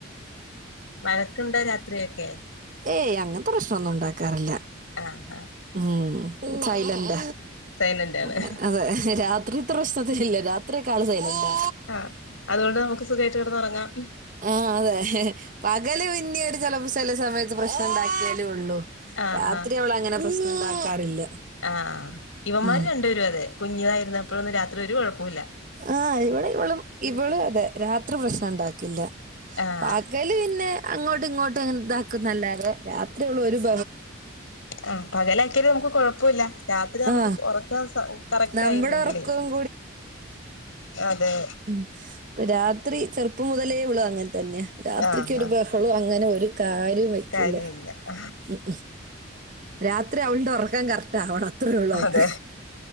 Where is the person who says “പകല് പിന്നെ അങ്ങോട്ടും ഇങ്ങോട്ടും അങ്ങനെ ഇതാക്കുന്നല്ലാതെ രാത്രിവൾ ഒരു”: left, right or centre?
Right